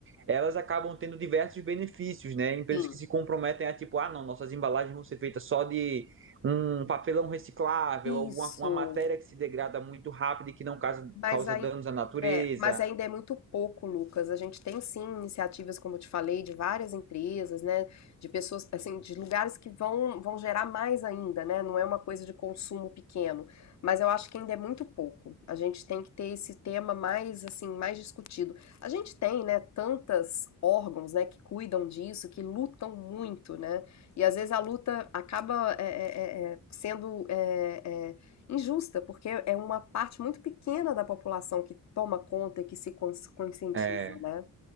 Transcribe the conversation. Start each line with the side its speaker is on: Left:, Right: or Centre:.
Right: elas acabam tendo diversos benefícios, né? Empresas
Left: sim.
Right: que se comprometem a tipo, ah, não, nossas embalagens vão ser feitas só de um papelão reciclável, alguma
Left: Isso.
Right: uma matéria que se degrada muito rápido e que não causa,
Left: Mas
Right: causa
Left: aí
Right: danos à natureza.
Left: É, mas ainda é muito pouco, Lucas. A gente tem sim iniciativas, como eu te falei, de várias empresas, né? De pessoas, assim, de lugares que vão, vão gerar mais ainda, né? Não é uma coisa de consumo pequeno. Mas eu acho que ainda é muito pouco. A gente tem que ter esse tema mais, assim, mais discutido. A gente tem, né, tantas órgãos, né, que cuidam disso, que lutam muito, né? E às vezes a luta acaba é, é, é, é, sendo é, é, Injusta, porque é é uma parte muito pequena da população que toma conta e que se cons- conscientiza,
Right: É,
Left: né?